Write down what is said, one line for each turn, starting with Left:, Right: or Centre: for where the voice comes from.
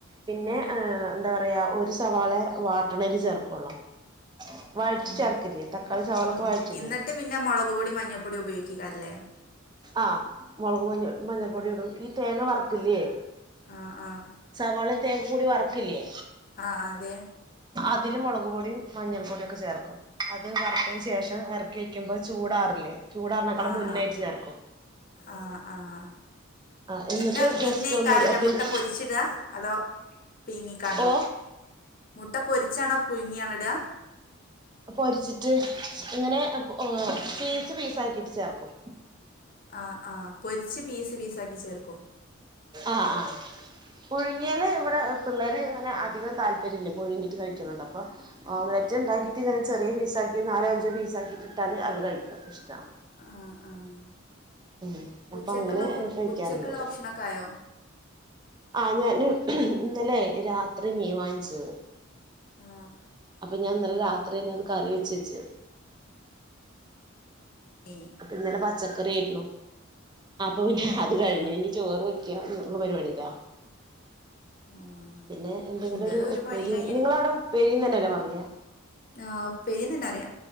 Right: പിന്നെ
Left: ആഹ്
Right: ഏഹ് എന്താ പറയാ ഒരു സവാള വാട്ടണൽ ചേർക്കുള്ളൂ വഴറ്റി
Left: ആഹ്
Right: ചേർക്കില്ലേ തക്കാളി സവാളൊക്കെ
Left: ആഹ്
Right: വഴറ്റില്ലേ
Left: എന്നിട്ട് പിന്നെ മുളക് പൊടി മഞ്ഞൾപ്പൊടി ഉപയോഗിക്കാരല്ലേ
Right: ആഹ് മുളക് മഞ്ഞൾ മഞ്ഞൾപ്പൊടി ഇടും ഈ തേങ്ങ വർക്കില്ലേ
Left: ആഹ് ആഹ്
Right: സവാളും തേങ്ങ കൂടി വറക്കില്ലേ
Left: ആഹ് അതെ
Right: അതില് മുളക് പൊടിയും മഞ്ഞൾ പൊടിയും ഒക്കെ ചേർക്കും അത് വറുത്തതി ശേഷ് റ്റ എർക്കി വയ്ക്കുമ്പോ ചൂടാറില്ലേ ചൂടാറിനേക്കളും
Left: ആഹ്
Right: മുന്നായിട്ട്
Left: ആഹ്
Right: ചേർക്കും
Left: ആഹ് ആഹ്
Right: ആ
Left: പിന്നെ
Right: എന്നിട്ട്
Left: പിന്നെ
Right: ജസ്റ്റ്
Left: അയ്ക്കാരംല്ലേ
Right: ഒന്ന് പിന്നെ
Left: മുട്ട പൊരിച്ചിടാ അതോ പീങ്ങിക്കാണ്ടോ
Right: ഓ
Left: മുട്ട പൊരിച്ചാണോ പുഴുങ്ങിയാണോ ഇടാ
Right: പൊരിച്ചിട്ട് ഇങ്ങനെ ഒ ഓഹ് പീസ് പീസ് ആക്കിട്ട് ചേർക്കും
Left: ആഹ് ആഹ് പൊരിച്ച് പീസ് പീസ് ആക്കി ചേർക്കും
Right: ആഹ് ആഹ് പുഴുങ്ങിയാല് ഇവിടെ പിള്ളേര് ഇങ്ങനെ അധികം താല്പര്യല്ല പുഴുങ്ങിട്ട് കഴിക്കുന്നത് അപ്പൊ ഓംലറ്റ് ഉണ്ടാക്കിട്ട് ഇങ്ങനെ ചെറിയ പീസാക്കി നാലോ അഞ്ചോ പീസ് ആക്കിയിട്ട് ഇട്ടാല് അവര് കഴിക്കും ഇഷ്ടാ
Left: ആഹ് ആഹ്
Right: ഉം
Left: ഉച്ചക്കുള്ള
Right: അപ്പൊ അങ്ങനെ
Left: ഫുഡ്
Right: കഴിക്കാറുണ്ട്
Left: ഉച്ചക്കുള്ള ഭക്ഷണൊക്കെ ആയോ
Right: ആഹ് ഞാന് ഇന്നലെ രാത്രി മീ വാങ്ങിച്ചത്
Left: ആ
Right: അപ്പൊ ഞാൻ ഇന്നല രാത്രിന്നെ അത് കറി വെച്ചച്ച്
Left: മീ
Right: ഇന്നലെ പച്ചക്കറി ആയിരുന്നു അപ്പൊ പിന്നെ അത് കഴിഞ്ഞു
Left: ആ
Right: ഇനി ചോറ് വെ ക ഉം ള്ള പരിപാടിട്ടാ
Left: ആ
Right: പിന്നെ എന്തെങ്കിലും
Left: ഇന്റത്
Right: ഒരു ഉപ്പേരി
Left: പണിയും
Right: നിങ്ങളവിടെ ഉപ്പേരിന്ന് തന്നെ അല്ലേ പറയാ
Left: ആഹ് ഉപ്പേരിന്ന് തന്നെ പറിയ